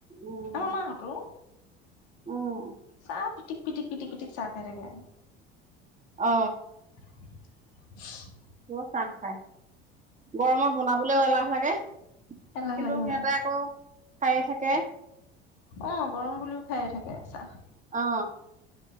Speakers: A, on the right; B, on the left.
A: উম
B: আমাহতো
A: উম
B: চা পিটিক-পিটিক- পিটিক -পিঠিক চাহ খাই থাকে।
A: অ
B: <inaudible>
A: বৰ চাহ খাই, গৰমত বনাবলেও এলাহ। লাগে কিন্তু
B: এলাহ লাগে
A: সিহঁতে
B: আৰু
A: আকৌ খায়ে থাকে
B: অ গৰম বুলিও খায়ে থাকে, চাহ।
A: অ